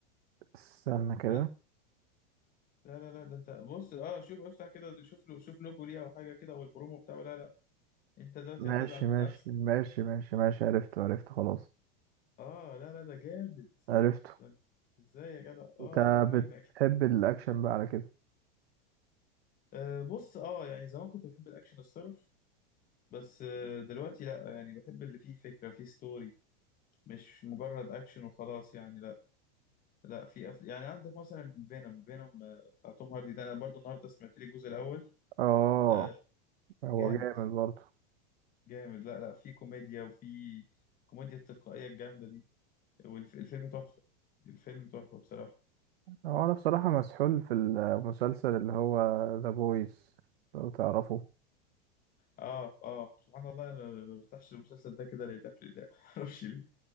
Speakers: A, on the right (about 80°); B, on the left (about 30°).
A: استنى كده
B: ده لا لا لا ده انت بص اه شوف افتح كده شوف له شوف لوجو ليه او حاجه كده او البرومو بتاعه لا لا انت دلوقتي
A: ماشي
B: هتزعل من
A: ماشي
B: نفسك
A: ماشي ماشي ماشي عرفته عرفته خلاص
B: اه لا لا ده جامد
A: عرفته
B: ده انت- ازاي يا جدع
A: انت
B: اه هزعل منك
A: بتحب الاكشن بقى على كده
B: آه بص اه يعني زمان كنت بحب الاكشن الصرف بس آه دلوقتي لا يعني بحب اللي فيه فكره فيه ستوري مش مجرد اكشن وخلاص يعني لا لا في أفل... يعني عندك مثلا فينوم فينوم بتاع توم هاردي ده انا برضو النهارده سمعت لي الجزء الاول
A: اه
B: آه،
A: هو
B: جامد
A: جامد برضه
B: جامد لا لا في كوميديا وفي كوميديا التلقائية الجامدة دي والفيلم تحفة الفيلم تحفة بصراحة
A: هو انا بصراحة مسحول في المسلسل اللي هو ذا بويز لو تعرفه
B: اه اه سبحان الله انا ما برتاحش المسلسل ده كده لله في لله <laughs> معرفش ليه